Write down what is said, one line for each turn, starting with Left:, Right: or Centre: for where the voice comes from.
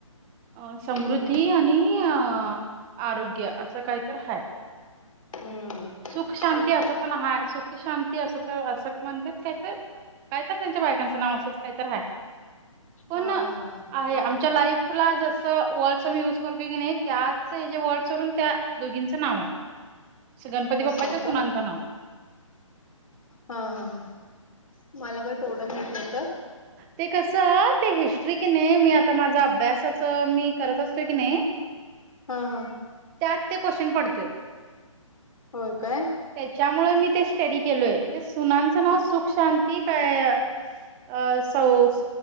Right: अ समृद्धी
Left: हम्म
Right: आणि अ आरोग्य असं काही तर हाय.
Left: हम्म
Right: सुख शांती
Left: आत-
Right: असं पण हाय. सुख शांती असं तर असं म्हणत्यात काय त. काय त त्यांच्या बायकांचं नाव असंच काही तर हाय. पण
Left: हा
Right: आहे,
Left: हा हा मा
Right: आमच्या लाईफला जस वर्डस आम्ही युज करतो की नाही त्याच याचे वर्डस वरून त्या दोघींचं नाव आहे. गणपती
Left: तस
Right: बाप्पाच्या
Left: आहे
Right: सुनांचं
Left: काय?
Right: नाव.
Left: हा हा हा मला काय तेवढं माहित नव्हत.
Right: ते कसं ते हिस्ट्री कि नइ मी आता माझा अभ्यासाच मी करत असतो की नइ
Left: हा हा
Right: त्यात ते क्वेश्चन पडतोय.
Left: होय काय
Right: त्याच्यामुळे मी ते स्टडी केलोय, ते सुनांचं नाव सुख शांती काय अ सौस